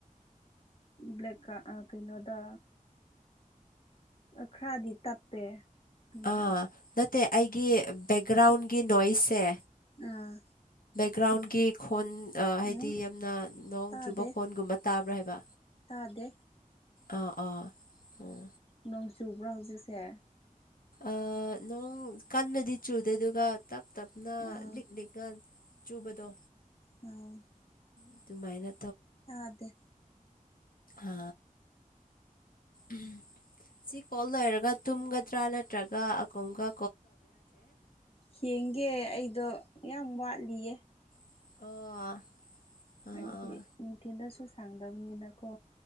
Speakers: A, on the left; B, on the left.
A: ꯕ꯭ꯂꯦꯛ ꯀ ꯑꯥ ꯀꯩꯅꯣꯗꯥ ꯈꯔꯗꯤ ꯇꯞꯄꯦ ꯅꯪꯗꯣ
B: ꯑꯥ ꯅꯠꯇꯦ ꯑꯩꯒꯤ ꯕꯦꯛꯒ꯭ꯔꯥꯎꯟꯒꯤ ꯅꯣꯏꯁꯁꯦ
A: ꯑꯥ
B: ꯒ꯭ꯔꯥꯎꯟꯒꯤ ꯈꯣꯟ ꯍꯥꯏꯗꯤ
A: ꯎꯝ
B: ꯌꯥꯝꯅ ꯅꯣꯡ
A: ꯇꯥꯗꯦ
B: ꯆꯨꯕ ꯈꯣꯟꯒꯨꯝꯕ ꯇꯥꯕ꯭ꯔꯥ ꯍꯥꯏꯕ
A: ꯇꯥꯗꯦ
B: ꯑꯥ ꯑꯥ ꯑꯣ
A: ꯅꯣꯡ ꯆꯨꯕ꯭ꯔꯥ ꯍꯧꯖꯤꯛꯁꯦ
B: ꯑꯥ ꯅꯣꯡ ꯀꯟꯅꯗꯤ ꯆꯨꯗꯦ ꯑꯗꯨꯒ ꯇꯞ ꯇꯞꯅ
A: ꯑꯥ
B: ꯂꯤꯛ ꯂꯤꯛꯅ ꯆꯨꯕꯗꯣ
A: ꯎꯝ
B: ꯑꯗꯨꯃꯥꯏꯅ
A: ꯇꯥꯗꯦ
B: ꯑ ꯎꯝ ꯁꯤ ꯀꯣꯜ ꯂꯣꯏꯔꯒ ꯇꯨꯝꯒ ꯇ꯭ꯔꯥ ꯅꯠꯇ꯭ꯔꯒ ꯑꯀꯣꯡꯒ
A: ꯍꯡꯒꯦ ꯑꯩꯗꯣ ꯌꯥꯝ ꯋꯥꯠꯂꯤꯌꯦ
B: ꯑꯣ ꯑꯥ
A: ꯑꯩꯗꯤ ꯅꯨꯡꯊꯤꯟꯗꯁꯨ ꯁꯥꯡꯗꯕꯅꯤꯅꯀꯣ